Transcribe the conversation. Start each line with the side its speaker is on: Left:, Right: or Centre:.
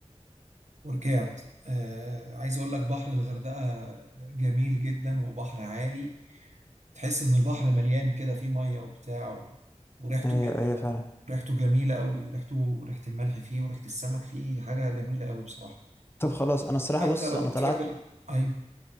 Right: ورجعت آه عايز اقول لك بحر الغردقه جميل جدا وبحر عالي تحس ان البحر مليان كده فيه ميه وبتاع و... وريحته
Left: ايوه
Right: جميله
Left: ايوه فعلا
Right: ريحته جميله قوي ريحته ريحه الملح فيه وريحه السمك فيه حاجه جميله قوي بصراحه
Left: طب خلاص انا الصراحة
Right: فانت
Left: بص
Right: لو
Left: انا
Right: بتحب
Left: طلعت
Right: ال... ايوه